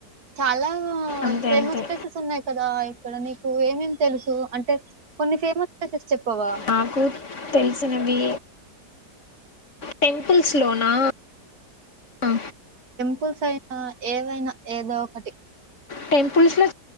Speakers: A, on the right; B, on the left.
A: చాలా
B: అంతే
A: ఫేమస్
B: అంతే
A: ప్లేసెస్ ఉన్నాయి కదా ఇక్కడ నీకు ఏమేం తెలుసు అంటే కొన్ని ఫేమస్ ప్లేసెస్ చెప్పవా
B: నాకు తెలిసినవి టెంపుల్స్ లోన్ నా ఆ
A: పుల్స్ అయినా ఏదైనా ఏదో ఒకటి.
B: టెంపుల్స్ లో